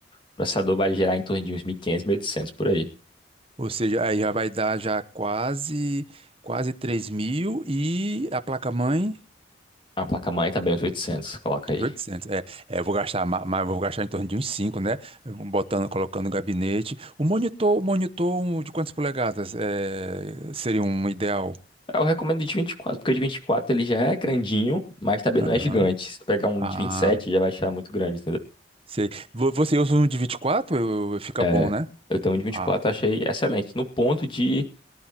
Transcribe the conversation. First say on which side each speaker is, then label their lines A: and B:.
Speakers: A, on the left (about 25°); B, on the right (about 30°).
A: O processador vai gerar em torno de uns mil mil quinhentos, mil e 1800 por aí.
B: Ou seja, aí já vai dar já quase, quase 3 mil e a placa-mãe
A: A placa-mãe também uns 800, coloca aí.
B: oitocentos É, é, eu vou gastar, ma- mas eu vou gastar em torno de uns cinco né? Eu vou Botando, colocando no gabinete. O monitor, o monitor um de quantas polegadas é, seria um ideal?
A: Eu recomendo de 24, porque o de 24 ele já é grandinho, mas também
B: Aham.
A: não é gigante. Se tu pegar um
B: Ah,
A: de vinte e sete, já vai achar muito grande, entendeu?
B: sei. Vo- Você usa um de 24? Eu- eu- Fica
A: É,
B: bom, né?
A: eu tenho um de 24,
B: Ah.
A: eu achei excelente. No ponto de,